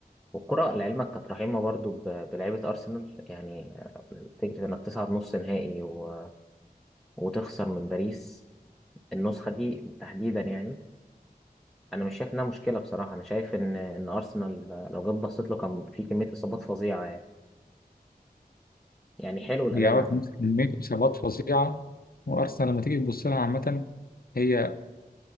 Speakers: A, in the centre; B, on the left.
A: والكوره لعلمك كانت رحيمه برضو ب... بلعيبه ارسنال يعني آه، فكره انك تصعد نص نهائي و... وتخسر من باريس النسخه دي تحديدا يعني انا مش شايف انها مشكله بصراحه انا شايف ان ان ارسنال لو جيت بصيت له كان في كميه اصابات فظيعه يعني يعني حلو الاداء
B: هي اه
A: اللي عمله
B: كانت كمية إصابات فظيعة وأرسنال لما تيجي تبص لها عامة هي